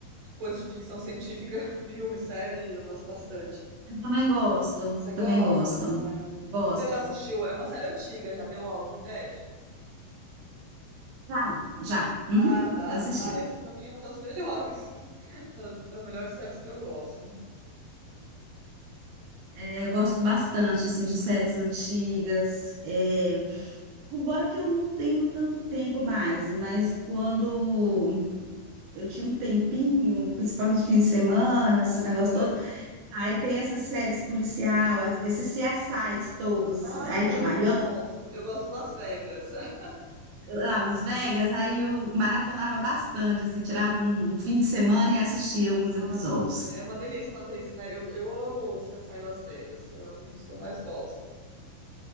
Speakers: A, on the right; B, on the right.
A: Coisas de ficção científica, <laughs> filme, série, eu gosto bastante.
B: Eu também gosto,
A: Você gosta?
B: também gosto,
A: Ah,
B: gosto.
A: Você já assistiu? É uma série antiga, já deu Walking Dead?
B: Já, já, uhum,
A: Ah, tá.
B: já assisti.
A: Ah, essa pra mim é uma das melhores, <laughs> das das melhores séries que eu gosto.
B: É, eu gosto bastante, assim, de séries antigas. É,
A: Uhum.
B: agora que eu não tenho tanto tempo mais, mas quando eu tinha um tempinho, principalmente fim de semana, esses
A: Aham.
B: negócios Aí tem essas séries policial, as- esses CSIs todos,
A: Ah,
B: aí tinha
A: eu
B: o Miami,
A: gosto. Eu gosto de Las Vegas. <laughs>
B: Las Vegas, aí eu maratonava bastante, assim, tirava um fim de semana e assistia alguns episódios.
A: Ah, é uma delícia fazer isso, né? Eu, eu amo o CSI Las Vegas. É um dos que eu mais gosto.